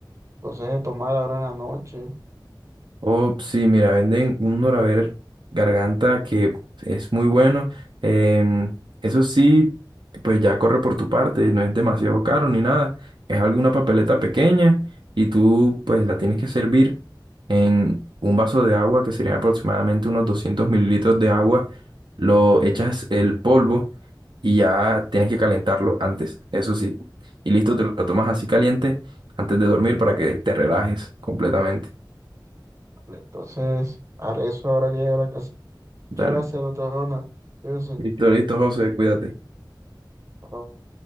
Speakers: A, on the right (about 40°); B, on the right (about 75°).
A: aconseje tomar ahora en la noche?
B: Oh, sí, mira, venden un Doraver garganta que es muy bueno. Em, eso sí, pues ya corre por tu parte, no es demasiado caro ni nada. Es alguna papeleta pequeña y tú pues la tienes que servir en un vaso de agua que serían aproximadamente unos 200 mililitros de agua. Lo echas el polvo y ya tienes que calentarlo antes, eso sí. Y listo, te lo tomas así caliente antes de dormir para que te relajes completamente.
A: Vale, entonces, haré eso ahora que llegue a la casa.
B: Dale.
A: Muchas gracias, doctor Ronald. Cuídese.
B: Listo, listo, José, cuídate.
A: Chao.